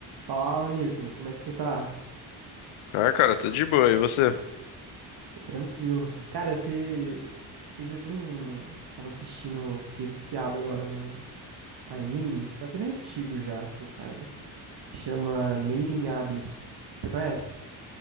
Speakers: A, on the right; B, on the left.
A: Fala, Nicolas, como é que você tá?
B: Ah, cara, tudo de boa. E você?
A: Tô tranquilo. Cara, você, você já viu um. Tava assistindo, fiquei viciado agora num anime, só que ele é antigo já, que eu saiba. Chama Made in Abyss. Você conhece?